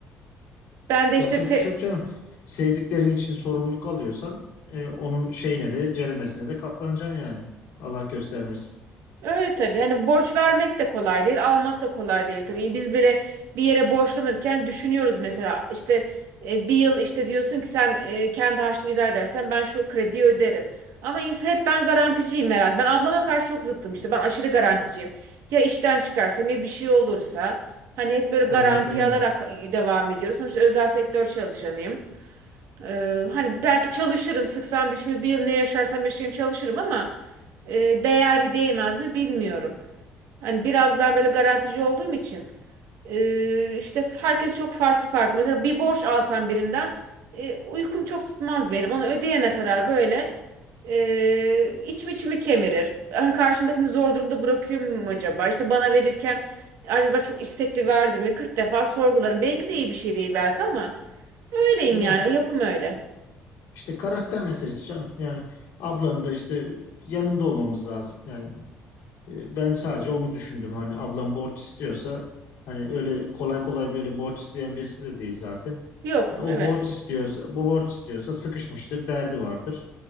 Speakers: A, on the right; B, on the left.
A: ben de
B: yapacak
A: işte Fe-
B: bir şey yok canım. Sevdiklerin için sorumluluk alıyorsan e, onun şeyine de ceremesine de katlanacaksın yani. Allah göstermesin.
A: Öyle tabii. Hani borç vermek de kolay değil, almak da kolay değil tabii. Biz bile bir yere borçlanırken düşünüyoruz mesela işte e, bir yıl işte diyorsun ki sen e, kendi harçlığını idare edersen ben şu krediyi öderim. Ama ins- hep ben garanticiyim herhalde. Ben ablama karşı çok zıttım işte. Ben aşırı garanticiyim. Ya işten çıkarsam ya bir şey olursa hani hep böyle garanti
B: Aynen öyle.
A: alarak devam ediyoruz. Sonuçta özel sektör çalışanıyım. Ee, hani belki çalışırım sıksam dişimi bir yıl ne yaşarsam yaşayayım çalışırım ama e, değer mi değmez mi bilmiyorum. Hani biraz ben böyle garantici olduğum için e, işte herkes çok farklı farklı. Mesela bir borç alsam birinden e, uykum çok tutmaz benim. Onu ödeyene kadar böyle e, içim içimi kemirir. Hani karşımdakini zor durumda bırakıyor muyum acaba? İşte bana verirken acaba çok istekli verdim mi? 40 defa sorgularım. Benimki de iyi bir şey değil belki ama. Öyleyim
B: Ya,
A: yani. O yapım öyle.
B: işte karakter meselesi canım. Yani ablanın da işte yanında olmamız lazım. Yani E, Ben sadece onu düşündüm. Hani ablam borç istiyorsa hani öyle kolay kolay böyle borç isteyen birisi de değil zaten.
A: Yok,
B: Hani o
A: evet.
B: borç istiyorsa, bu borç istiyorsa sıkışmıştır, derdi vardır.